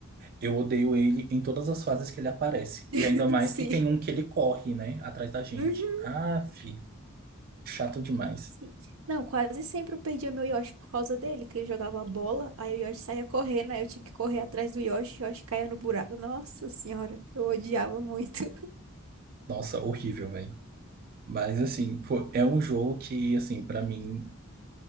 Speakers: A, on the right; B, on the right.
A: Eu odeio ele em todas as fases que ele aparece. E
B: <laughs>
A: ainda mais
B: sim.
A: que tem um que ele corre, né? Atrás da gente.
B: Uhum,
A: Aff, chato demais.
B: sim. Não, quase sempre eu perdia meu Yoshi por causa dele, que ele jogava a bola, aí o Yoshi saía correndo, aí eu tinha que correr atrás do Yoshi, o Yoshi caía no buraco. Nossa senhora, eu odiava muito.
A: Nossa, horrível, velho. Mas, assim, pô, é um jogo que, assim, pra mim...